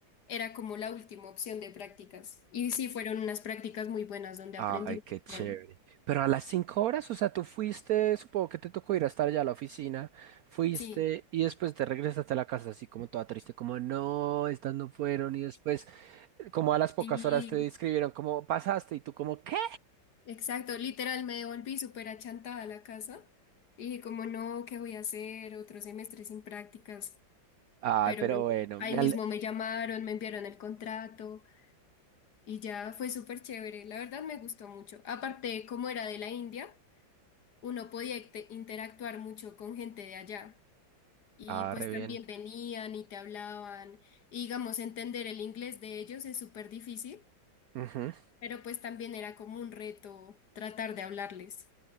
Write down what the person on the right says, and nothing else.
Ay,
qué chévere.
Pero a las cinco horas, o sea, tú fuiste, supongo que te tocó ir a estar allá a la oficina, fuiste
y después te regresaste a la casa así como toda triste, como no, estas no fueron y después como a las pocas
horas te describieron cómo pasaste y tú como ¿qué?
Ay,
pero
bueno,
me ale-
ah,
re
bien.
Ujú.